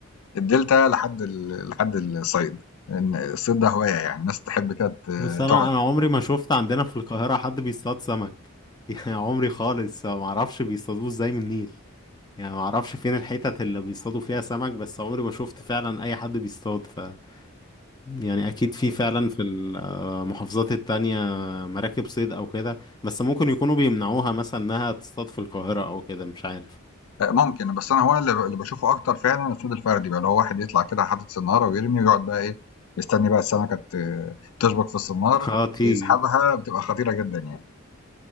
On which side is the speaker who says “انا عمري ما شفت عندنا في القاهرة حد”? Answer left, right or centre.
Left